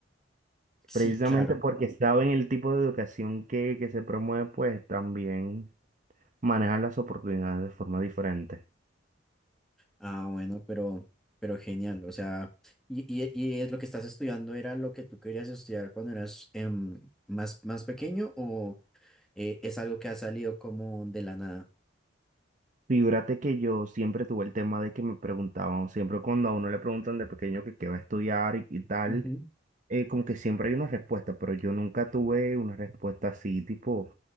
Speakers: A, in the centre; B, on the right.
A: Sí,
B: precisamente
A: claro.
B: porque saben el tipo de educación que, que se promueve, pues también manejan las oportunidades de forma diferente.
A: Ah, bueno, pero, pero genial. O sea, y, y, y es lo que estás estudiando, ¿era lo que tú querías estudiar cuando eras em, más, más pequeño o eh, es algo que ha salido como de la nada?
B: Figúrate que yo siempre tuve el tema de que me preguntaban, siempre cuando a uno le preguntan de pequeño que qué va a estudiar y, y tal,
A: Ujú,
B: eh, como que siempre hay una respuesta, pero yo nunca tuve una respuesta así, tipo,